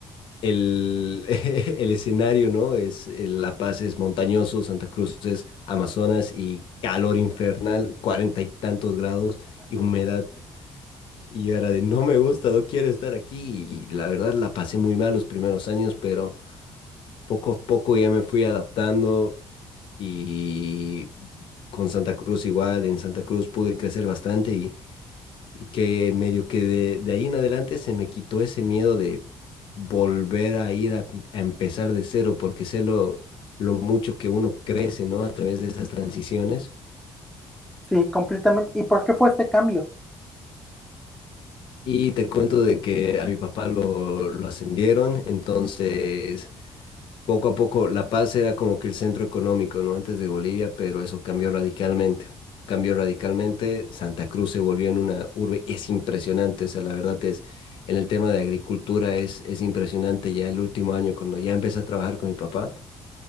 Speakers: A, on the left; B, in the centre.
A: el, <laughs> el escenario, ¿no? Es, eh, La Paz es montañoso, Santa Cruz es Amazonas y calor infernal, cuarenta y tantos grados y humedad. Y era de, no me gusta, no quiero estar aquí. Y la verdad la pasé muy mal los primeros años, pero poco a poco ya me fui adaptando y con Santa Cruz igual, en Santa Cruz pude crecer bastante y que medio que de, de ahí en adelante se me quitó ese miedo de volver a ir a, a empezar de cero, porque sé lo, lo mucho que uno crece, ¿no? A través de esas transiciones.
B: Sí, completamente. ¿Y por qué fue este cambio?
A: Y te cuento de que a mi papá lo, lo ascendieron, entonces Poco a poco La Paz era como que el centro económico, ¿no? Antes de Bolivia, pero eso cambió radicalmente. Cambió radicalmente, Santa Cruz se volvió en una urbe, y es impresionante, o sea, la verdad es, en el tema de agricultura es, es impresionante, ya el último año cuando ya empecé a trabajar con mi papá.